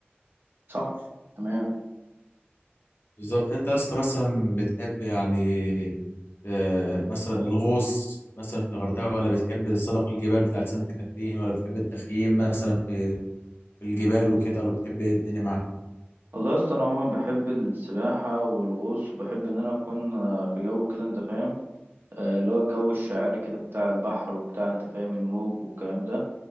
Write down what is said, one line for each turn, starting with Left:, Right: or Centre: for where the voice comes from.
Right: صح تمام
Left: بالظبط أنت يا اسطى مثلا بتحب يعني آه، مثلا الغوص مثلا في الغردقة ولا بتحب تسلق الجبال بتاعت سانت كاترين ولا بتحب التخييم مثلا في في الجبال وكده ولا بتحب إيه الدنيا معاك
Right: والله يا اسطى انا عموما بحب السباحه والغوص وبحب ان انا اكون آه، في جو كده انت فاهم آه، اللي هو الجو الشاعري كده بتاع البحر وبتاع انت فاهم الموج والكلام ده